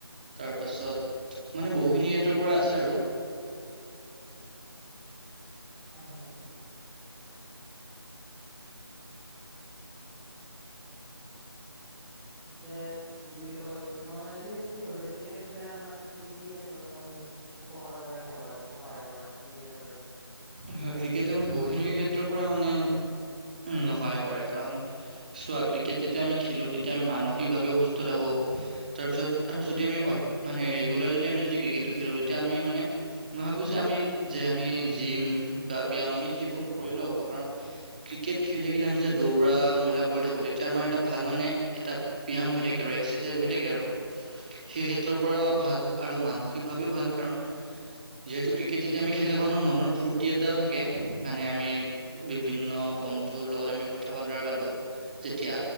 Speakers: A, on the right; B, in the centre.
A: তাৰ পাছত মানে বহুখিনি ক্ষেত্ৰৰ পৰা আছে আৰু
B: <inaudible> হয় হয় তাৰ পিছত কি বুলি ক কয় তোমাৰ মানে এই কি হবা যে ক্ৰিকেট খেলে আমাৰ কি কি ক্ষেত্ৰত আমাৰ মানে উপকাৰ কৰে বুলি ভাবা তুমি সহায় কৰে আমাক কি কি ক্ষেত্ৰত?
A: হয় ক্ৰিকেট অমি বহুখিনিৰ ক্ষেত্ৰৰ পৰা মানে উম হয় বাৰু কাৰণ চোৱা ক্ৰিকেট যেতিয়া আমি খেলো তেতিয়া তেতিয়া আমি মানসিকভাৱেও সুস্থ থাকো তাৰপিছত আৰু যদি আমি অ মানে ৰেগুলাৰ যদি আমি যদি ক্ৰিকেট খেলো তেতিয়া আমি মানে মই ভাবো যে আমি যে আমি জিম বা ব্যায়াম আমি সেইবোৰ নকৰিলেও হ'ব কাৰণ ক্ৰিকেট খেলি থাকিলে আমি যে দৌৰা মেলা কৰি থাকো তেতিয়া আমাৰ এটা ভাল মানে এটা ব্যায়াম হৈ থাকে আৰু এক্সাৰচাইজ হৈ থাকে আৰু সেই ক্ষেত্ৰৰ পৰাও ভাল আৰু মানসিকভাৱেও ভাল কাৰণ যিহেতু ক্ৰিকেট এতিয়া আমি খেলাকো আমাৰ মনৰ ফূৰ্তি এটাও থাকে মানে আমি বিভিন্ন বন্ধুৰ লগত আমি ক <inaudible> কথা বতৰা পাতো যেতিয়া